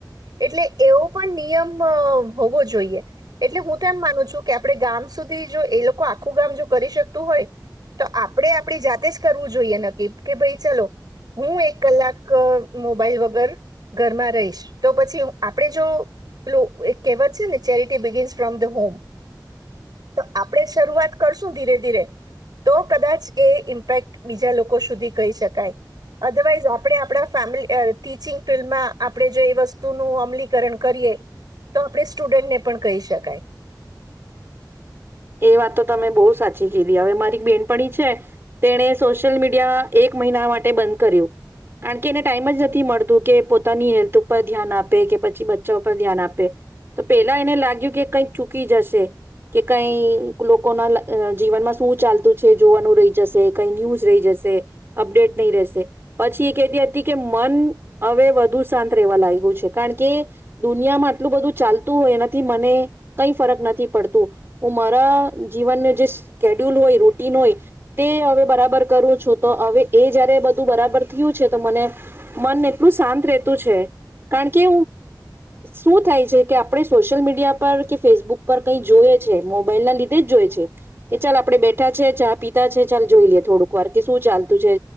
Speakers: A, on the right (about 60°); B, on the right (about 30°).
A: એટલે એવો પણ નિયમ હોવો જોઈએ એટલે હું તો એમ માનું છું કે આપણે ગામ સુધી સુધીજો એ લોકો આખું ગામ જો કરી શકતું હોય તો આપણે આપણી જાતે જ કરવું જોઈએ નકીબ કે ભાઈ ચાલો હું એક કલાક મોબાઈલ વગર ઘરમાં રહીશ તો પછી આપણે જો પેલું એક કહેવત છે ને charity begins from the home તો આપણે શરૂઆત કરશું ધીરે ધીરે તો કદાચ એ ઇમ્પેક્ટ બીજા લોકો સુધી કહી શકાય અધરવાઈઝ આપણે આપણા ફેમલી ટીચિંગ ફિલ્ડમાં આપણે જો એ વસ્તુનું અમલીકરણ કરીએ તો આપણે સ્ટુડન્ટને પણ કહી શકાય
B: એ વાત તો તમે બહુ સાચી કીધી હવે મારી બેનપણી છે તેણે સોશિયલ મીડિયા એક મહિના માટે બંધ કર્યું કારણ કે એને ટાઈમ જ નથી મળતું કે પોતાની હેલ્થ ઉપર ધ્યાન આપે કે પછી બચ્ચા ઉપર ધ્યાન આપે તો પેલા એને લાગ્યું કે કંઈક ચૂકી જશે કે કઈ લોકોના જીવનમાં શું ચાલતું છે જોવાનું રહી જશે કઈ ન્યૂઝ રહી જશે અપડેટ નહી રહેશે પછી એ કહેતી હતી કે મન હવે વધુ શાંત રહેવા લાગ્યું છે કારણ કે દુનિયામાં આટલું બધું ચાલતું હોય એનાથી મને કઈ ફરક નથી પડતું હું મારા જીવનને જે સ્ કેડ્યુલ હોય રૂટીન હોય તે હવે બરાબર કરું છું તો હવે એ જયારે બધું બરાબર થયું છે તો મને મન એટલું શાંત રહેતું છે કારણ કે શું થાય છે કે આપણે સોશિયલ મીડિયા પર કે ફેસબુક પર કઈ જોઈએ છે મોબાઈલ ના લીધે જ જોય છે કે ચાલ આપડે બેઠા છે ચા પિતા છે ચાલ જોઈ લઈએ થોડુંક વાર કે શું ચાલતું છે